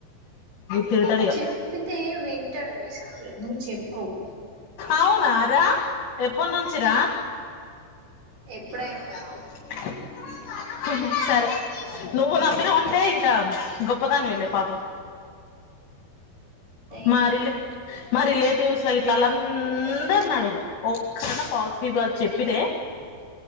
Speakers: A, on the left; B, on the right.
A: తిడతాడు ఇగ
B: చెప్పితే వింటాడు మీ సార్ నువ్వు చెప్పవు
A: అవునా రా ఎప్పుడు నుంచి రా
B: ఎప్పుడైనా
A: హాషస్
B: రా
A: సరే నువ్వు నమ్మినావంటే ఇంకా గొప్పదానివెలే పాపం
B: దేనికి
A: మరిల మా రెలెటివ్సలా ఇట్లాల్ల అందరిని అడుగు ఒక్కరనా పాజిటివ్ గా చెప్పితే